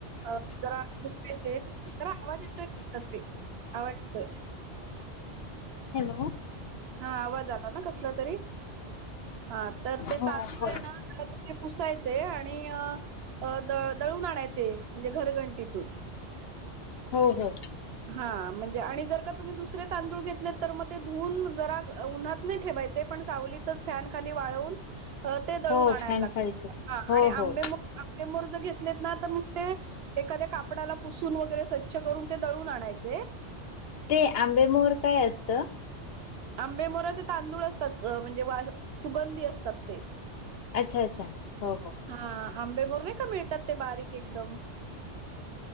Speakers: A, on the right; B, on the left.
A: अ जरा पुसकायचे, जरा आवाज येतोय एक ते. आवाज येतोय.
B: हॅलो.
A: हा आवाज आला ना कसला तरी? हा तर ते
B: हो
A: तांदूळ
B: बोला.
A: हाय ना जला तु हे पुसायचेय आणि हे अ द दळून आणायचे म्हणजे घरघंटीतून.
B: हो हो.
A: हा म्हणजे आणि जर का तुम्ही दुसरे तांदूळ घेतलेत, तर मग ते धुवून जरा उन्हात नाही ठेवायचं ते पण सावलीतच फँन खाली वाळवून, दळून
B: हो
A: आणायला
B: फॅनखाली
A: लागतात
B: सुट हो
A: आणि
B: हो
A: आंबेमो आंबेमोहर जर घेतलेत ना, तर नुसते एखाद्या कापडाला पुसून वगैरे स्वच्छ करून ते दळून आणायचे.
B: ते आंबे मोर काय असतं?
A: आंबे मोहरचे तांदूळ असतात म्हणजे वा सुगंधी असतात ते.
B: अच्छा अच्छा हो हो.
A: हा आंबेमोहर नाही का मिळतात ते बारीक एकदम.